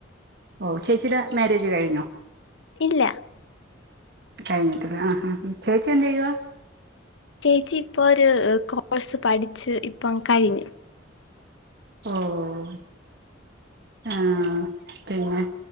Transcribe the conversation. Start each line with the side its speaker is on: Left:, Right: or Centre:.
Right: ഓഹ് ചേച്ചിടെ മാര്യേജ് കഴിഞ്ഞോ
Left: ഇല്ല
Right: കഴിഞ്ഞിട്ടില്ല ആഹ് ഹാ ഹും ചേച്ചി എന്തെയ്യുവ
Left: ചേച്ചി ഇപ്പൊ ഒരു ആഹ് കോഴ്സ് പഠിച്ച് ഇപ്പം കഴിഞ്ഞ്
Right: ഓഹ്‌ ആഹ് പിന്നെ